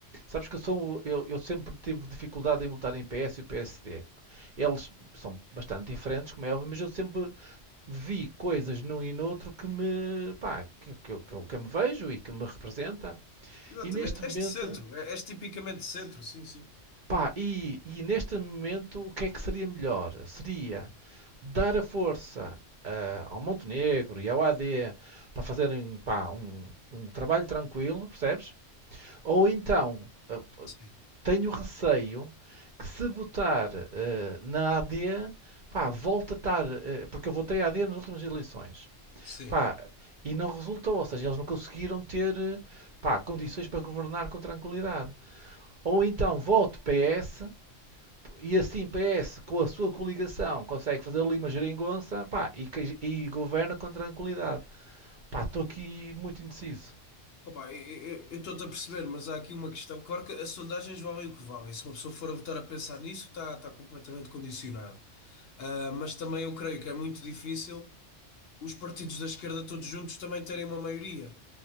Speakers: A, on the right; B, on the left.
A: sabes que eu sou, eu, eu sempre tive dificuldade em lutar em PS e o PSD. Eles são bastante diferentes, como é óbvio, mas eu sempre vi coisas num e noutro que me, pá, que, que, eu- que, eu- que eu me vejo e que me representa.
B: Exatamente.
A: E neste momento,
B: Este centro, é- és tipicamente centro, sim, sim.
A: pá, e, e neste momento o que é que seria melhor? Seria dar a força ah, ao Montenegro e ao AD para fazerem, pá, um, um trabalho tranquilo, percebes? Ou então, ah,
B: Sim,
A: tenho receio que se botar ah, na AD, pá, volta a estar, ah, porque eu votei AD nas últimas eleições.
B: sim.
A: Pá, e não resultou, ou seja, eles não conseguiram ter, eh, pá, condições para governar com tranquilidade. Ou então vote PS, e assim PS, com a sua coligação, consegue fazer ali uma geringonça, pá, e, que- e governa com tranquilidade. Pá, estou aqui muito indeciso.
B: Opa, eu estou-te a perceber, mas há aqui uma questão. Claro que as sondagens valem o que valem. Se uma pessoa for a votar a pensar nisso, está está completamente condicionado. Ah, mas também eu creio que é muito difícil os partidos da esquerda todos juntos também terem uma maioria.